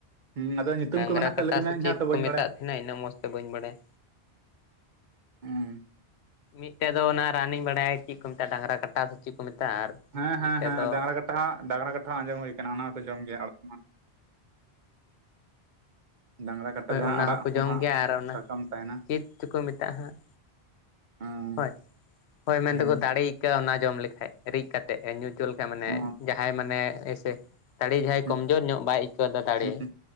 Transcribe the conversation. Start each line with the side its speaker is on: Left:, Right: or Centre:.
Right: ᱦᱩᱸ ᱟᱫᱚ ᱧᱩᱛᱩᱢ
Left: ᱰᱟᱝᱨᱟ
Right: ᱠᱚ ᱢᱮᱱᱟᱜ ᱠᱷᱟᱡ
Left: ᱠᱟᱴᱟ
Right: ᱞᱟᱹᱭ ᱢᱮ
Left: ᱥᱮ
Right: ᱤᱧ
Left: ᱪᱮᱫ
Right: ᱦᱚᱸ ᱛᱚ ᱵᱟᱹᱧ
Left: ᱠᱚ ᱢᱮᱛᱟᱜ
Right: ᱵᱟᱲᱟᱭᱟ
Left: ᱛᱟᱦᱮᱱᱟ ᱩᱱᱟᱹᱜ ᱢᱚᱡᱽ ᱛᱮ ᱵᱟᱹᱧ ᱵᱟᱲᱟᱭᱟ᱾
Right: ᱦᱮᱸ
Left: ᱢᱤᱫᱴᱮᱱ ᱫᱚ ᱚᱱᱟ ᱨᱟᱱᱤᱧ ᱵᱟᱲᱟᱭᱟ ᱪᱮᱫ ᱠᱚ ᱢᱮᱛᱟᱜᱼᱟ ᱰᱟᱝᱨᱟ ᱠᱟᱴᱟ ᱥᱮ ᱪᱮᱫ ᱠᱚ ᱢᱮᱛᱟᱜᱼᱟ᱾ ᱟᱨ
Right: ᱦᱮᱸ
Left: ᱢᱤᱫᱴᱮᱡ
Right: ᱦᱮᱸ ᱦᱮᱸ
Left: ᱫᱚ
Right: ᱰᱟᱝᱨᱟ ᱠᱟᱴᱟ ᱰᱟᱝᱨᱟ ᱠᱟᱴᱟ ᱦᱚᱸ ᱟᱸᱡᱚᱢ ᱦᱩᱭ ᱠᱟᱱᱟ ᱚᱱᱟ ᱦᱚᱸᱠᱚ ᱡᱚᱢ ᱜᱮᱭᱟ ᱟᱲ ᱢᱟ ᱰᱟᱝᱨᱟ ᱠᱟᱴᱟ
Left: ᱦᱳᱭ
Right: ᱡᱟᱦᱟᱸ
Left: ᱚᱱᱟ
Right: ᱟᱲᱟᱜ
Left: ᱦᱚᱸᱠᱚ ᱡᱚᱢ
Right: ᱦᱟᱸᱜ
Left: ᱜᱮᱭᱟ ᱟᱨ ᱚᱱᱟ
Right: ᱥᱟᱠᱟᱢ ᱛᱟᱦᱮᱱᱟ
Left: ᱪᱮᱫ ᱛᱮᱠᱚ ᱢᱮᱛᱟᱜᱼᱟ ᱦᱟᱸᱜ᱾
Right: ᱦᱩᱸ
Left: ᱦᱳᱭ ᱦᱳᱭ ᱢᱮᱱᱛᱮᱠᱚ
Right: ᱦᱩᱸ
Left: ᱫᱟᱲᱮ ᱟᱹᱭᱠᱟᱹᱜᱼᱟ᱾ ᱚᱱᱟ ᱡᱚᱢ ᱞᱮᱠᱷᱟᱡ ᱨᱤᱫ ᱠᱟᱛᱮᱜ ᱧᱩ ᱦᱚᱪᱚ ᱞᱮᱠᱷᱟᱱᱡ ᱢᱟᱱᱮ
Right: ᱚ
Left: ᱡᱟᱦᱟᱸᱭ ᱢᱟᱱᱮᱭᱥᱮ ᱛᱟᱲᱮ ᱡᱟᱦᱟᱸᱭ
Right: ᱦᱩᱸ
Left: ᱠᱚᱢᱡᱳᱨ ᱧᱚᱜ ᱵᱟᱭ ᱠᱮᱵᱟ ᱫᱟᱲᱮ
Right: ᱦᱩᱸ